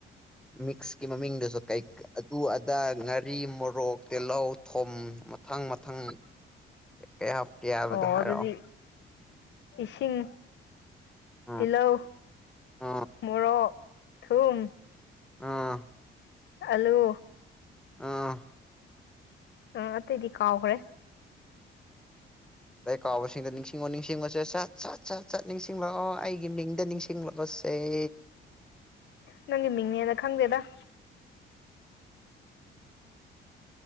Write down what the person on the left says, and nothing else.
ꯑꯣ
ꯑꯗꯨꯗꯤ ꯏꯁꯤꯡ
ꯇꯤꯜꯂꯧ
ꯃꯣꯔꯣꯛ ꯊꯨꯝ
ꯑꯂꯨ
ꯑ ꯑꯇꯩꯩꯗꯤ ꯀꯥꯎꯈ꯭ꯔꯦ
ꯅꯪꯒꯤ ꯃꯤꯡꯅꯦꯅ ꯈꯪꯗꯦꯗ